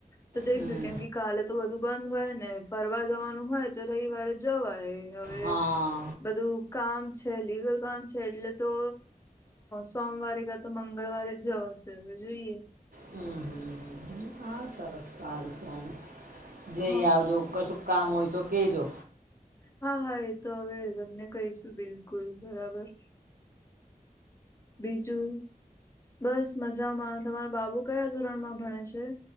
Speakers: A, on the left; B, on the right.
A: તો જઈશું
B: હમ
A: કેમ કે કાલે તો બધું બંધ હોય ને ફરવા જવાનું હોય તો રવિવારે જવાય. હવે
B: હા
A: બધું કામ છે લીગલ કામ છે. છે એટલે તો સોમવારે કા તો મંગળવારે જ જવાશે હવે જોઈએ.
B: હમ હમ હ સરસ સારુ સારુ જઈ
A: હ
B: આવજો કશું કામ હોય તો કહેજો.
A: હા હા એ તો હવે અમને કહીશું બિલકુલ બરાબર. બીજું બસ મજામાં તમારા બાબુ કયા ધોરણ માં ભણે છે?